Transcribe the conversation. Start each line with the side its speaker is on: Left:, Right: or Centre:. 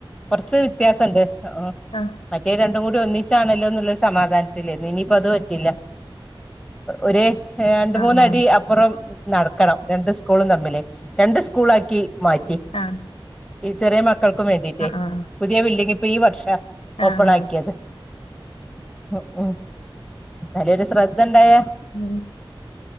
Centre: കൊറച്ച് വ്യത്യാസണ്ട് മ്
Left: ആഹ്
Centre: മറ്റേ രണ്ടും കൂടി ഒന്നിച്ചാണല്ലോ എന്നുള്ളൊരു സമാധാനത്തിലേനി ഇനിയിപ്പോ അത് പറ്റില്ല ഒരേ രണ്ട്
Left: ആഹ്
Centre: മൂന്നടി
Left: ആഹ്
Centre: അപ്പുറം നടക്കണം രണ്ട് സ്കൂളും തമ്മില് രണ്ട് സ്കൂളാക്കി മാറ്റി
Left: ആഹ്
Centre: ഈ ചെറിയ മക്കൾക്കും വേണ്ടിട്ടേ
Left: ആഹ്
Centre: പുതിയ ബിൽഡിംഗ് ഇപ്പൊ ഈ വർഷ
Left: ആഹ്
Centre: ഓപ്പൺ
Left: ആഹ്
Centre: ആക്കിയത് ഉം ഉം ന്നാലൊരു ശ്ര ദ്ധണ്ടായ
Left: ഉം